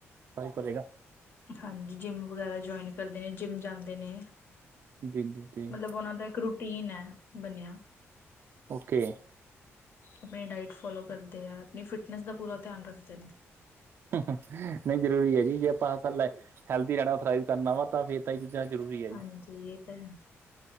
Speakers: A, on the right; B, on the left.
A: ਸਹੀ ਕਰੇਗਾ।
B: ਹਾਂਜੀ, ਜਿੰਮ ਵਗੈਰਾ ਜੁਆਇਨ ਕਰਦੇ ਨੇ, ਜਿੰਮ ਜਾਂਦੇ ਨੇ
A: ਜੀ ਜੀ ਜੀ
B: ਮਤਲਬ ਉਹਨਾਂ ਦਾ, ਇੱਕ ਰੂਟੀਨ ਹੈ ਬਣਿਆ।
A: ਓਕੇ ਆ।
B: ਅਪਣੀ ਡਾਇਟ ਫੋਲੋ ਕਰਦੇ ਆ ਅਪਣੀ ਫਿਟਨਸ ਦਾ ਪੂਰਾ ਧਿਆਨ ਰੱਖਦੇ ਨੇ।
A: ਨਹੀਂ ਜਰੂਰੀ ਹੈ ਜੀ ਜੇ ਆਪਾਂ ਹੈਲਦੀ ਰਹਿਣਾ ਸਰਵਾਈਵ ਕਰਨਾ ਵਾ ਤਾਂ ਫਿਰ। ਤਾਂ ਇਹ ਚੀਜ਼ਾਂ ਜ਼ਰੂਰੀ ਹੈ।
B: ਹਾਂਜੀ ਤਾਂ